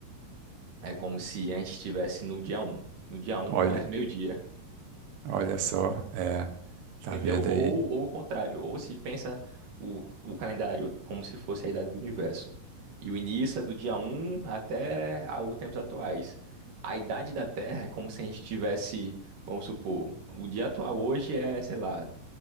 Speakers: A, on the right (about 65°); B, on the right (about 85°).
A: é como se a gente estivesse no dia um, no dia um
B: Olha.
A: às meio-dia,
B: Olha só, é, tá
A: entendeu?
B: vendo
A: Ou,
B: aí?
A: ou o contrário, ou se pensa o, o calendário como se fosse a idade do universo. E o início é do dia um até a- os tempos atuais. A idade da Terra é como se a gente tivesse, vamos supor, o dia atual hoje é, sei lá,